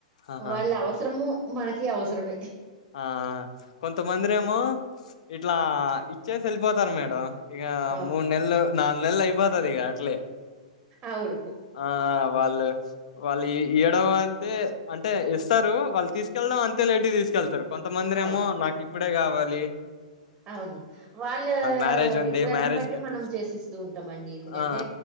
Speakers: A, on the left (about 65°); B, on the right (about 20°).
A: ఆహా
B: వాళ్ళ అవసరము మనకి అవసరమే
A: ఆ కొంతమందిరేమో ఇట్లా ఇచ్చేసి ఎళ్ళిపోతారు మేడం ఇగ
B: అవును
A: మూడ్నెల్లు నాల్ నెల్లు అయిపోతదిగ అట్లే
B: అవును
A: ఆ వాళ్ళు వాళ్ళు ఇయడం అంతే అంటే ఇస్తారు వాళ్ళు తీసుకెళ్లడం అంతే లేట్ తీసుక్ కెళ్తారు కొంతమందినేమో
B: అవు
A: నాకిప్పుడే కావాల్ ప్లే
B: అవును వాళ్ళ
A: మ్యారేజ్ ఉంది
B: రిక్వైరన్
A: మ్యారేజ్
B: బట్టి
A: కి వెళ్
B: మనం చేసిస్తూ ఉంటామండి ఎందుకంటే
A: ఆ